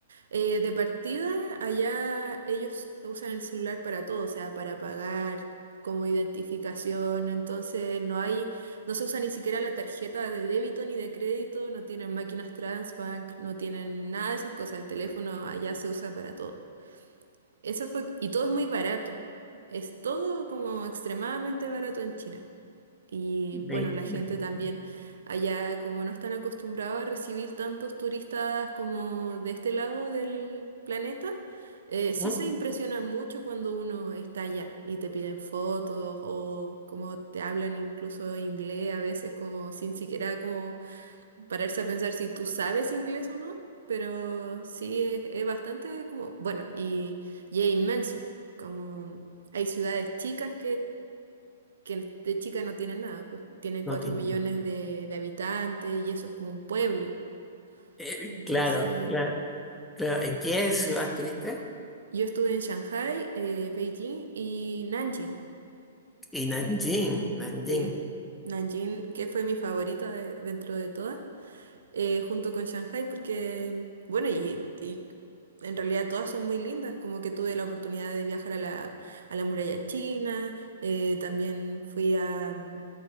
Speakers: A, on the right; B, in the centre.
A: Eh, de partida, allá ellos usan el celular para todo, o sea, para pagar, como identificación. Entonces no hay, no se usa ni siquiera la tarjeta de débito ni de crédito, no tienen máquinas Transbank, no tienen nada de esas cosas. El teléfono allá se usa para todo. Eso fue, y todo es muy barato. Es todo como extremadamente barato en China. Y bueno,
B: Me-
A: la gente
B: me-
A: también allá, como no están acostumbrados a recibir tantos turistas como de este lado del planeta, eh, sí
B: Ajá.
A: se impresionan mucho cuando uno está allá y te piden fotos o como te hablan incluso inglés a veces como sin siquiera como pararse a pensar si tú sabes inglés o no, pero sí es, es bastante como, bueno, y, y es inmenso, como hay ciudades chicas que de chica no tienen nada, pues tienen cuatro
B: No tiene.
A: millones de, de habitantes y eso es como un pueblo.
B: Eh,
A: Entonces,
B: claro, claro, claro. ¿En qué ciudad estuviste?
A: yo estuve en Shanghai, eh, Beijing y Nanjing.
B: Y Nanjing, Nanjing.
A: Sí, Nanjing, que fue mi favorita de- dentro de todas, eh, junto con Shanghai, porque, bueno, y, y en realidad todas son muy lindas, como que tuve la oportunidad de viajar a la, a la muralla china, eh, también fui a mm,